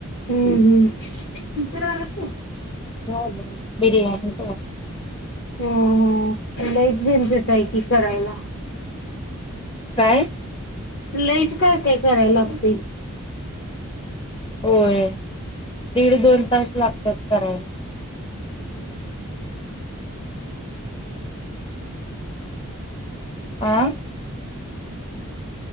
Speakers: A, on the left; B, on the left.
A: हम्म हम्म तुमच्या रानात काये?
B: मग बिर्याणी
A: हो हो लइच झणझट करायला
B: काय?
A: लईच काय काय कराय लागतयं
B: होय दीड दोन तास लागतात करायला
A: <inaudible> <inaudible> <inaudible> <inaudible> <inaudible> हॅलो.
B: आ.